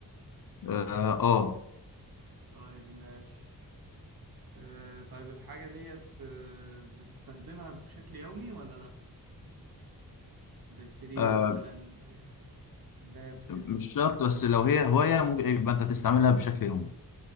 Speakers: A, on the left (about 55°); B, on the right (about 65°).
A: اه آه.
B: طيب ماشي آه طيب الحاجة ديت آه بتستخدمها بشكل يومي ولا لأ؟ زي السرير
A: آه.
B: مثلا آه، باب كده
A: مش شرط بس لو هي هواية ممكن يبقى انت تستعملها بشكل يومي